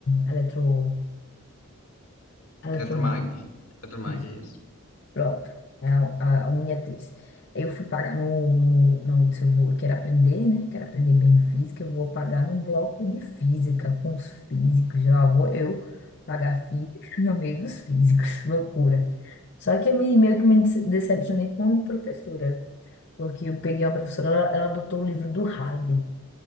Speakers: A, on the left; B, on the left.
A: eletro, eletromagnetismo
B: Eletromag. Eletromag,
A: Isso,
B: isso.
A: pronto. É a, a unha é três Eu fui pagar no, no, no se eu vou, eu quero aprender, né? Quero aprender bem física, eu vou pagar no bloco de física, com os físicos. Lá vou eu pagar física <laughs> no meio dos físicos. <laughs> Loucura. Só que eu me, meio que me dece- decepcionei com a professora, porque eu peguei uma professora, ela, ela adotou o livro do Halliday.